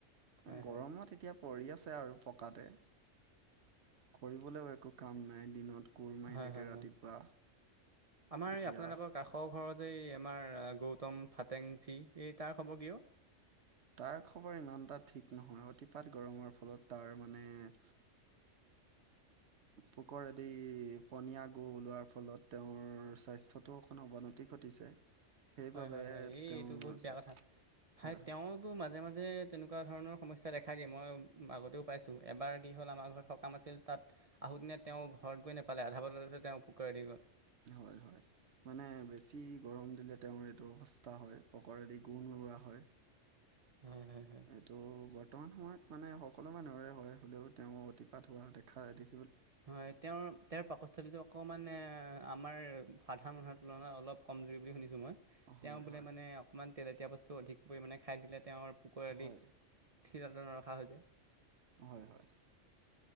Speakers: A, on the right; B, on the right.
A: হয়
B: গৰমত
A: হয়
B: এতিয়া পৰি আছে আৰু পকাতে, কৰিবলৈও একো কাম নাই দিনত। কোৰ মাৰিলেগে
A: হয় হয়
B: ৰাতিপুৱা
A: হয়, আমাৰ
B: এতিয়া
A: এই আপোনালোকৰ কাষৰ ঘৰত যে এই আমাৰ গৌতম ফাটেংচি এই তাৰ খবৰ কিওঁ।
B: তাৰ খবৰ ইমান এটা ঠিক নহয় অতিপাত গৰমৰ ফলত তাৰ মানে এ পোকৰেদি পনীয়া গু ওলোৱাৰ ফলত তেওঁৰ স্বাস্থ্যটো অকণ অৱনতি ঘটিছে। সেইবাবে
A: হয় হয় হয় এই
B: তেওঁৰ
A: এইটো বহুত বেয়া
B: স্বাস্থ্য
A: কথা, হাই
B: হয়
A: তেওঁতো
B: হয়
A: মাজ মাজে মাজে তেনেকুৱা ধৰণৰ সমস্যা দেখাই দিয়ে মই আগতেও পাইছোঁ এবাৰ কি হ'ল আমাৰ ঘৰত সকাম আছিল তাত তাত আহো দিনে তেওঁ ঘৰত গৈ নেপালে আধা বজাততে তেওঁ পুোকৰি গ'ল
B: হয় হয় মানে বেছি গৰম দিলে তেওঁৰ এইটো সস্তা হয় পকৰেদি গোণ ৰৱোৱা হয়
A: হয় হয় হয়
B: এইটো বৰ্তমান সময়ত মানে সকলো মানুহৰে হয় হ'লেও তেওঁ অতিপাত হোৱা দেখাদি
A: হয় তেওঁৰ তেওঁৰ পাকস্থলীতো অকমান আমাৰ সাধাৰণ মানুহৰ তুলনাত অলপ কমজৰি বুলি শুনিছোঁ মই
B: হয়
A: তেওঁ বোলে
B: হয়
A: মানে অকণমান তেল এতীয়া বস্তু অধিক পৰিমাণে খাই দিলে তেওঁৰ পুোকুৰ আদি
B: হয়
A: থিলত নৰখা হৈ যায়
B: হয় হয়